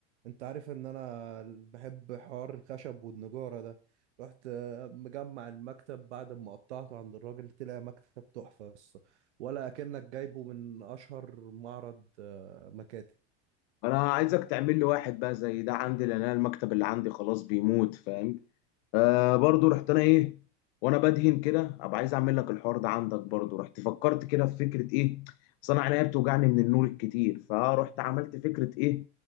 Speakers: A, on the right; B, on the left.
A: انت عارف ان انا بحب حوار الخشب والنجارة ده رحت مجمع المكتب بعد ما قطعته عند الراجل طلع مكتب تحفة بس ولا كأنك جايبه من اشهر معرض آه، مكاتب
B: انا عايزك تعمل لي واحد بقى زي ده عندي لان انا المكتب اللي عندي خلاص بيموت فاهم آه برضو رحت انا ايه وانا بدهن كده ابقى عايز اعمل لك الحوار ده عندك برضو رحت فكرت كده في فكره ايه اصل انا عينيا بتوجعني من النور الكتير فرحت عملت فكره ايه